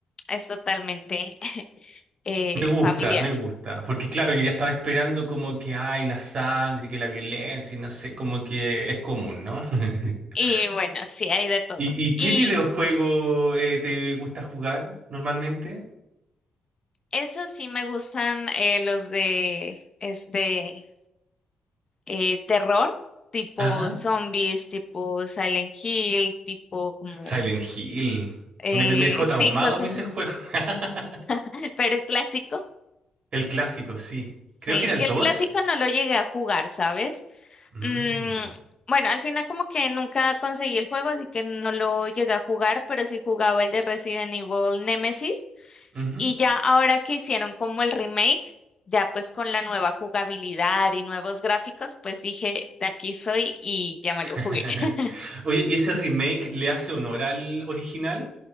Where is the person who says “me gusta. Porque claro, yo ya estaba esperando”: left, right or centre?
Right